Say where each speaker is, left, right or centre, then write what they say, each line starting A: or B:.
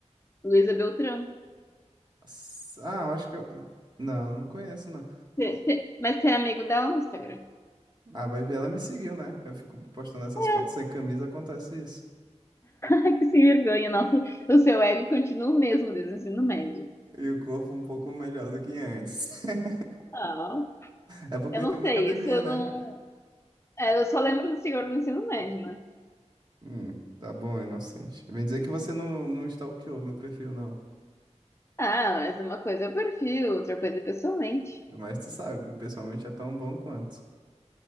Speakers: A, on the left; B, on the right.
A: Luísa Beltrão.
B: S- Ah, eu acho que eu... Não, não conheço não.
A: Cê- cê- Mas você é amigo dela no Instagram?
B: Ah, vai ver, ela me seguiu, né? Eu fico postando essas
A: <laughs>
B: fotos sem camisa, acontece isso.
A: Ai, que sem vergonha, nossa. O seu ego continua o mesmo desde o ensino médio.
B: E o corpo um pouco melhor do que antes. <laughs>
A: Ah,
B: É porque
A: eu
B: eu
A: não
B: entrei na
A: sei,
B: academia,
A: isso eu
B: né?
A: não. é, eu só lembro do senhor do ensino médio, né?
B: Hum, tá bom, inocente. Vem dizer que você não, não stalkeou meu perfil, não.
A: Ah, mas uma coisa é o perfil, outra coisa é pessoalmente.
B: Mas tu sabe que pessoalmente é tão bom quanto.